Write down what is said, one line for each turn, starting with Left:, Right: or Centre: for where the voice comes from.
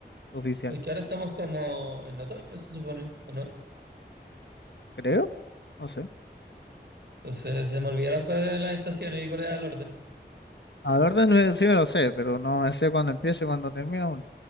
Left: oficial.
Right: Porque ahora estamos como en otoño, se supone, ¿o no?
Left: Creo, no sé.
Right: Entonces se me olvidaron cuáles eran las estaciones y cuál era el orden.
Left: A la orden me- sí me lo sé, pero no me sé cuándo empieza y cuándo termina uno.